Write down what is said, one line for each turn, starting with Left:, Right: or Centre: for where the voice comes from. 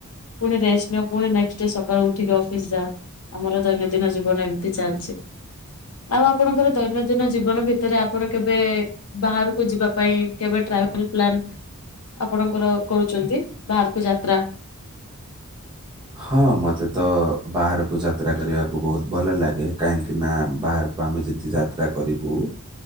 Left: ପୁଣି ରେଷ୍ଟନିଅ ପୁଣି ନେକ୍ସଡେ ସକାଳୁ ଉଠିକି ଅଫିସ୍ ପୁଣି ଯା ଆମର ଦୈନ ଦିନଜୀବନ ଏମିତି ଚାଲିଚି ଆଉ ଆପଣଙ୍କର ଦୈନ ଦିନ ଜୀବନ ଭିତରେ ଆପଣ କେବେ ବାହାରକୁ ଯିବା ପାଇଁ କେବେ ଟ୍ରାଭେଲ୍ ପ୍ରିପ୍ଲାନ ଆପଣଙ୍କର କରୁଚନ୍ତି, ବାହାରୁକୁ ଯାତ୍ରା।
Right: ହଁ। ମତେ ତ ବାହାରୁକୁ ଯାତ୍ରା କରିବାକୁ ବହୁତ ଭଲ ଲାଗେ, କାହିଁକି ନା ବାହାରକୁ ଆମେ ଯେତ୍ ଯାତ୍ରା କରିବୁ